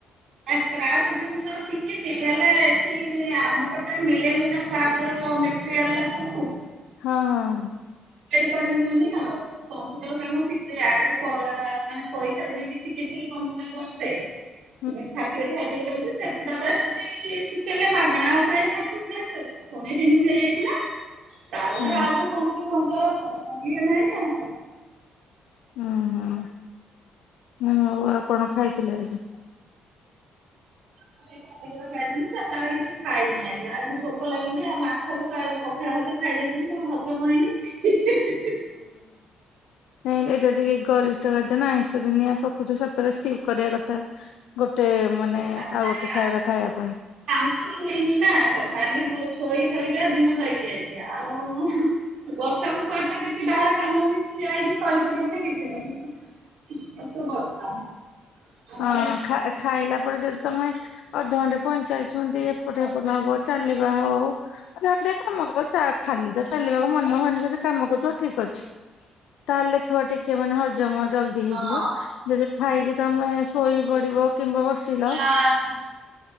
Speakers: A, on the right; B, on the left.
A: ଆ କ୍ରାଫ୍ଟ ଜିନିଷ ଶିଖିଚି ହେଲେ ଏଠି ଆମ ପଟେ ମିଳେନି ନା କ୍ରାଫ୍ଟ ର ମେ ତି ହେଲା ସବୁ।
B: ହଁ ହଁ।
A: ତିଆରି କରିହୁଏନି ଆଉ। କମ୍ପୁଟର କାମ ଶିଖିଥିଲି ଆଗେ କ ମାନେ ପଇସା ଦେଇକି ଶିଖିଥିଲି କମ୍ପୁଟର ବର୍ଷେ।
B: ହ
A: ଯୋଉ ସାର୍ଟିଫିକେଟ ଫାର୍ଟିଫିକେଟ ଅଛି ସେଠେଟା ପୁରା ସେଠି ଶିଖେଇଲେ ମାଗେଣା ଆଉ କାଇଁ ଛାଡିବି ନାଇଁ। <unintelligible> ପୁଣି ଏଇ ଦିନିକୁ ହେଇଯାଇଥିଲା ତାପରେ
B: ହୁଁ
A: ଆଉ ତ କମ୍ପୁଟର ଫମ୍ପୁଟର ଇଏ ନାହିଁ ଆଉ।
B: ଓହୋ। ହଁ ହଉ ଆଉ କଣ ଖାଇଥିଲେ ଆଜି?
A: ସେଇ <unintelligible> ବେଳେ ଖାଇଥିଲି ଚାରଟାବେଳେ କିଛି ଖାଇନି ଆଜି ଆଜି ଭୋ କ ଲାଗୁନି ଆଉ ମାଛ କୁ ଆଉ ଏ ପଖାଳ ଭାତ ଖାଇଦେଇଥିଲି ଆଉ ହଜମ ହେଇନି ହି ହି ହି ହି।
B: ଏଁ ଏଇଟା ଟିକେ ଗରିଷ୍ଠ ଖାଦ୍ୟ ନା ଆଇଁଷ ଦୁନିଆ ପ୍ରକୃତ ସତରେ ସ୍କିପ୍ କରିଆ କଥା। ଗୋଟେ ମାନେ
A: ତାପରେ
B: ଆଉ ଗୋଟେ
A: ଆଜି
B: ଖାଇବା ଖାଇଆ ପାଇଁ।
A: କାମ ବି ହେଇନି ନା ସ ଖାଲି ବୁ ଶୋଇ ଶୋଇକା ଦିନ ଯାଇଚି ଆଜି ଆଉ <unintelligible> ହୁ ବର୍ଷା ପକଉଥିଲା କିଛି ବାହାର କାମ ବି ଠିଆ ହେଇ କରିପାରିବେନି କିଛି ନାହିଁ ଏତେ ବର୍ଷା। ଆଉ
B: ହଁ ଖା ଖାଇଲା ପରେ ଯଦି ତମେ ଅଧଘଣ୍ଟେ ପଇଁଚାଳିଶି ମିନିଟ୍ ଏପଟେ ଏପଟେ ହବ ଚାଲିବା ହଉ। ନହେଲେ ନାଇଁ କାମ କ ଆଉ ଛା ଖାଲି ତ ଚାଲିବାକୁ ମନେ ହୁଏନି ଯଦି କାମ କରୁଥିବ ଠିକ୍ ଅଛି। ତାହେଲେ ଦେଖିବ ଟିକେ ମାନେ ହଜମ ଜଲଦି ହେଇଯିବ
A: ହଁ
B: ଯଦି ଖାଇକି ତମେ ଶୋଇ ପଡିବ କିମ୍ବା ବସିଲ
A: ହାଁ।